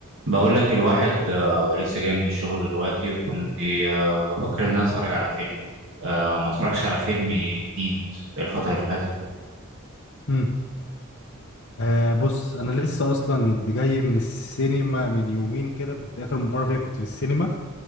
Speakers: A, on the right; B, on the left.
A: بقول لك الواحد آه، لسه جاي من الشغل دلوقتي وكنت آه، بفكر ان انا اتفرج على فيلم آه، ما اتفرجش على فيلم جديد الفترة اللي فاتت
B: امم آه بص انا لسه اصلا جاي من السينما من يومين كده كنت اخر مره فيها كنت في السينما